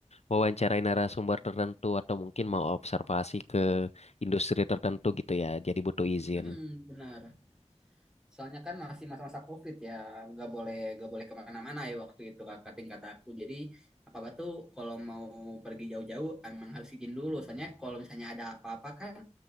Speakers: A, on the left; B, in the centre.
A: wawancarai narasumber tertentu atau mungkin mau observasi ke industri tertentu gitu ya. Jadi butuh izin.
B: mm benar Soalnya kan masih masa-masa COVID ya, nggak boleh nggak boleh kemana-mana ya waktu itu kakak tingkat aku. Jadi apa-apa tuh kalau mau pergi jauh-jauh emang harus izin dulu. Soalnya kalau misalnya ada apa-apa kan,